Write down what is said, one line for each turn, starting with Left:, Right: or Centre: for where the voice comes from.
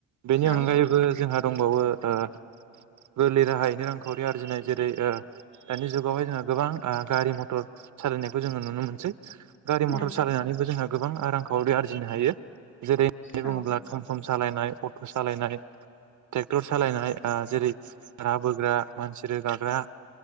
Right: बेनि
Left: औ
Right: अनगायैब जोंहा दंबावो ओ गोरलै राहायैनो रांखावरि आरजिनाय जेरै ओ दानि जुगावहाय जोंहा गोबां ओ गारि मथर सालायनायखौ जोङो नुनो मोनसै। गारि
Left: उम
Right: मथर सालायनानैबो जोंहा गोबां रांखावरि आरजिनो हायो। जेरै होननानै
Left: औ
Right: बुङोब्ला
Left: ओ
Right: तम तम सा सालायनाय अट' सालायनाय ट्रेक्टर सालायनाय ओ जेरै राबोग्रा मानसि रोगाग्रा